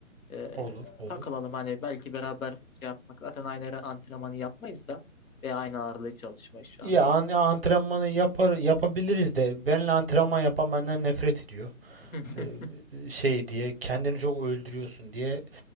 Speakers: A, on the left (about 70°); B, on the right (about 45°).
A: Ee,
B: Olur, olur.
A: takılalım hani belki beraber şey yapmak. Zaten aynı ara antrenmanı yapmayız da. Ve aynı ağırlığı çalışmayız şu
B: Ya
A: anda.
B: an- antrenmanı yapar yapabiliriz
A: <laughs>
B: de benle antrenman yapan benden nefret ediyor.
A: Hı hı,
B: Ee, şey diye kendini çok öldürüyorsun diye